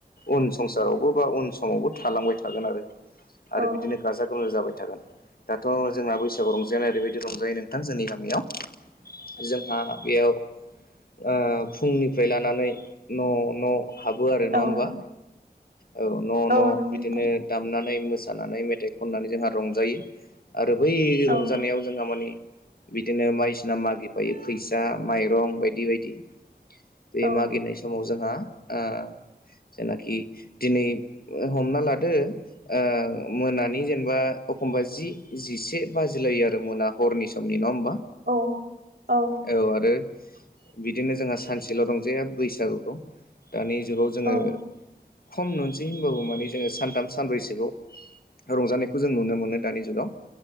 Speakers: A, on the left; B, on the right.
A: उन संसारावबो बा उन समावबो थालांबाय थागोन आरो आरो
B: औ
A: बिदिनो गाजा गोमजा जाबाय थागोन दाथ' जोंना बैसागआव रंजाया ओरैबायदि रंजायो नों थां जोंनि गामियाव जोंहा बेयाव ओ फुंनिफ्राय लानानै न' न' हाबो आरो
B: औ
A: नङा होमबा?
B: औ
A: औ न'
B: औ
A: न'
B: नंगौ
A: बिदिनो
B: नोंथां
A: दामनानै मोसानानै मेथाइ खननानै जोंहा रंजायो आरो बै
B: औ
A: रंजानायाव जोंहा माने बिदिनो बायदिसिना मागिफायो फैसा माइरं बायदि बायदि। बे
B: औ ओं
A: मागिनाय समाव जोंहा ओ जेनाखि दिनै हमना लादो ओ मोनानि जेनेबा एखमबा जि जिसे बाजिलायो आरो मोना हरनि समनि नङा होमबा?
B: औ औ
A: औ आरो बिदिनो जोंहा सानसेल' रंजाया बैसागुखौ दानि जुगाव जोङो
B: औ
A: खम नुनसै होनबाबो माने जोङो सानथाम सानब्रैसोखौआव रंजानायखौ जों नुनो मोनो दानि जुगाव